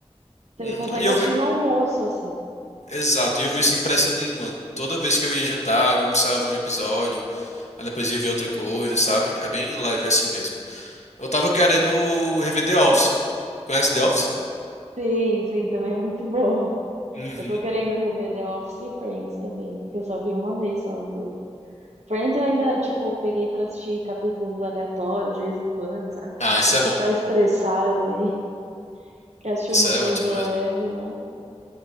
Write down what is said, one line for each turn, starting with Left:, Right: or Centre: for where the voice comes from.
Right: você
Left: uhum.
Right: consegue
Left: E eu,
Right: assistir
Left: ve-
Right: no almoço, assim.
Left: Exato, e eu vi sem pressa nenhuma. Toda vez que eu ia jantar, eu almoçava, eu via um episódio, aí depois ia ver outra coisa, sabe? É bem leve é assim mesmo. Eu tava querendo rever The Office. Conhece The Office?
Right: Sim, sim, também é muito <laughs> boa.
Left: Uhum.
Right: Eu tô querendo rever The Office e Friends também, que eu só vi uma vez só as duas. Friends eu ainda, tipo, peguei pra assistir capítulos aleatórios de vez em quando, sabe?
Left: Ah, isso
Right: Quando
Left: é bom.
Right: você tá estressado e <laughs> quer assistir
Left: Isso
Right: uma
Left: é
Right: coisa
Left: ótimo mesmo.
Right: leve, né?